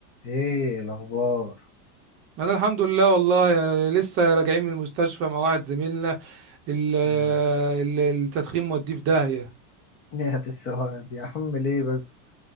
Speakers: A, on the left (about 25°); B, on the right (about 30°).
A: ايه الاخبار
B: انا الحمد لله والله يا- لسه راجعين من المستشفى مع واحد زميلنا ال-
A: مم.
B: ال- التدخين موديه في داهية
A: نهاية السواد يا عم ليه بس